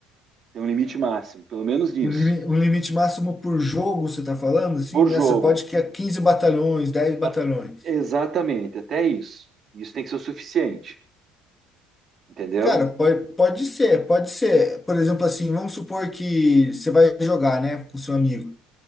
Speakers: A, on the right (about 40°); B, on the left (about 20°).
A: Tem um limite máximo, pelo menos nisso.
B: um, limi- um limite máximo por jogo, você tá falando? Assim,
A: Por
B: essa
A: jogo.
B: pode que é 15 batalhões, 10 batalhões.
A: A- Exatamente, até isso. Isso tem que ser o suficiente, entendeu?
B: Cara, pode, pode ser, pode ser. Por exemplo, assim, vamos supor que você vai jogar, né, com seu amigo.